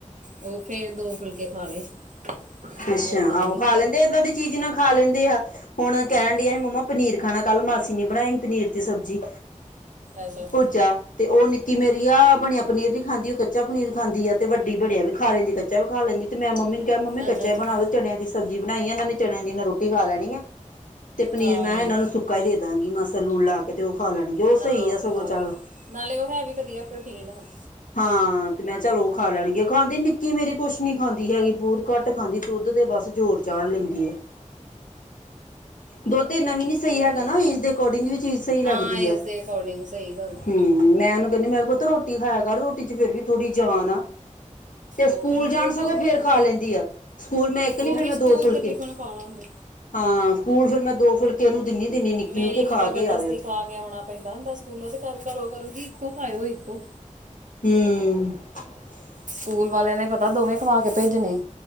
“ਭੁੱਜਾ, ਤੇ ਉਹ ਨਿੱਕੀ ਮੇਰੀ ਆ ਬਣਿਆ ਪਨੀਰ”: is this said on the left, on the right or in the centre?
Left